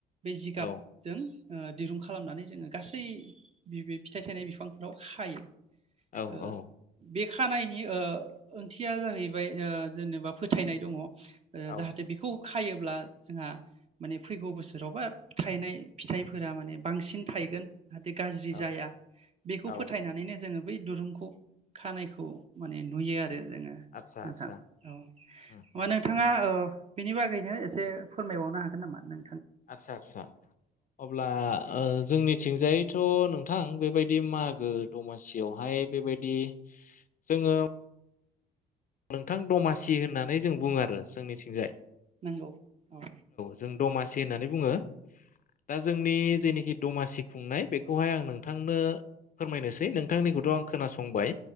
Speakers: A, on the right (about 30°); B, on the left (about 40°).
A: बे जिगाबजों
B: औ
A: ओ दिरुं खालामनानै जोङो गासै फिथाइ थायनाय बिफांफोराव खायो।
B: औ
A: ओ
B: औ
A: बे खानायनि ओ ओंथिया जाहैबाय ओ जेनेबा फोथायनाय दङ' ओ
B: औ
A: जाहाथे बेखौ खायो अब्ला जोंहा माने फैगौ बोसोरावबा थायनाय फिथाइफोरा माने बांसिन थायगोन। जाहाथे गाज्रि
B: औ
A: जाया बेखौ
B: औ
A: फोथायनानैनो जोङो बै दुरुंखौ खानायखौ माने नुयो आरो। जोङो
B: आतसा
A: नोंथां
B: आतसा
A: औ
B: उम
A: होमबा
B: उम
A: नोंथाङा बेनि बागैनो एसे फोरमायबावनो हागोन नामा नों
B: आदसा आदसा अब्ला ओ जोंनिथिंजायथ' नोंथां बेबायदि बिदि मागो दमासियावहाय बेबायदि जोङो नोंथां दमासि होननानै जों बुङो आरो जोंनिथिंजाय।
A: नंगौ औ
B: जों दमासि होननानै बुङो दा जोंनि जेनोखि दमासि खुंनाय बेखौहाय आं नोंथांनो फोरमायनोसै नोंथांनिखौथ' आं खोनासंबाय।